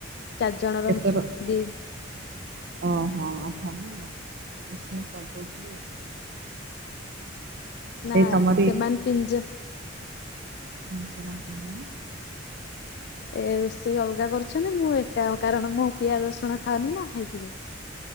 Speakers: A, on the left; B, on the right.
A: ଚାରି ଜଣ
B: କେତେ
A: ରହୁଛୁ।
B: ର
A: ଦି
B: ଓହୋ ଆଉ <unintelligible> ମିଶିମାଶି କରିଦଉଥିବ ଆଉ। ସେଇ
A: ନା
B: ତମରି
A: ସେମାନେ ତିନି ଜ
B: ହୁଁ, ସେମାନେ ତିନି ଜଣ?
A: ଏ ରୋଷେଇ ଅଲଗା କରୁଛନ୍ତି। ମୁଁ ଏକା କାରଣ- ମୁଁ ପିଆଜ, ରସୁଣ ଖାଉନି ନା ହେଇଥିଯୋଗୁ।